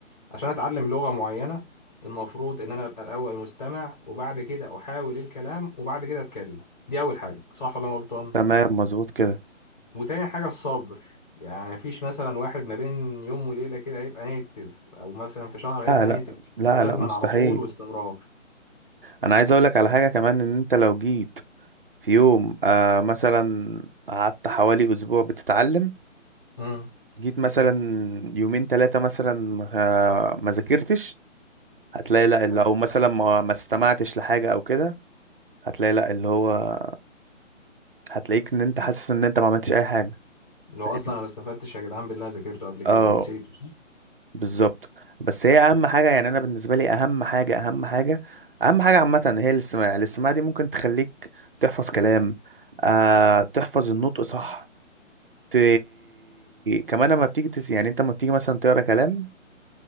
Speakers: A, on the left; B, on the right.
A: عشان اتعلم لغة معينة المفروض ان انا ابقى الاول مستمع وبعد كده احاول الكلام وبعد كده اتكلم دي اول حاجة صح ولا انا غلطان
B: تمام مظبوط كده
A: وتاني حاجة الصبر يعني مفيش مثلا واحد ما بين يوم وليلة كده هيبقى نيتف أو مثلا في شهر هيبقى
B: لا لا
A: نيتف
B: لا
A: ده لازما
B: لا مستحيل
A: على طول واستمرار
B: انا عايز اقولك على حاجة كمان ان انت لو جيت في يوم آه مثلا قعدت حوالي أسبوع بتتعلم
A: امم
B: جيت مثلا يومين ثلاثة مثلا آه ما ذاكرتش هتلاقي لا اللي
A: آه.
B: أو مثلا ما, ما استمعتش لحاجة أو كده هتلاقي لا اللي هو هتلاقيك إن أنت حاسس إن أنت ما عملتش أي حاجة
A: لو
B: فاهمني؟
A: أصلا أنا ما استفدتش يا جدعان بالله ذاكرته قبل كده
B: اه
A: ونسيته صح؟
B: بالظبط بس هي أهم حاجة يعني أنا بالنسبة لي أهم حاجة أهم حاجة أهم حاجة عامة هي الاستماع الاستماع دي ممكن تخليك تحفظ كلام آه تحفظ النطق صح ت... كمان اما بتيجي تس... يعني انت اما بتيجي مثلا تقرا كلام